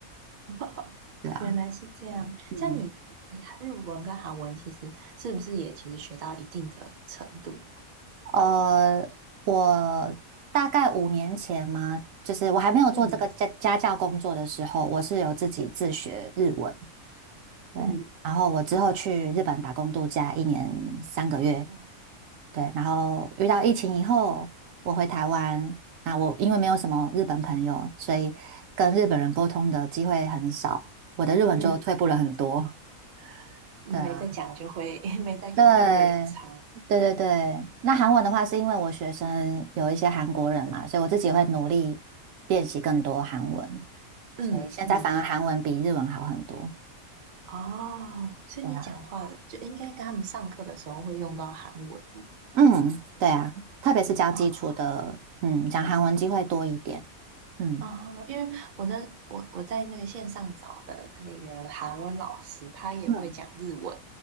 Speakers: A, on the right (about 55°); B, on the right (about 70°).
A: <laughs>
B: 对啊，
A: 原来是这样。
B: 嗯。
A: 像你，你韩日文跟韩文其实是不是也其实学到一定的程度？
B: 呃，我大概五年前嘛，就是我还没有做这个家家教工作的时候，
A: 嗯
B: 我是有自己自学日文。对，
A: 嗯
B: 然后我之后去日本打工度假一年三个月。
A: 哦，
B: 对，然后遇到疫情以后，我回台湾。那我因为没有什么日本朋友，所以跟日本人沟通的机会很少，我的日文就退步了很多。
A: 嗯，没在讲就会，
B: 对啊。
A: <laughs> 没在用就会有差。
B: 对，对对对。那韩文的话，是因为我学生有一些韩国人嘛，所以我自己会努力练习更多韩文，
A: 嗯嗯，
B: 所以现在反而韩文比日文好很多。
A: 哦，所以你讲话就应该跟他们上课的时候会用到韩文。
B: 对啊，嗯，对啊，特别是教基础的，
A: 哦，
B: 嗯，讲韩文机会多一点。嗯
A: 哦，因为我那我我在那个线上找的那个韩文老师，他也会讲日文，
B: 嗯，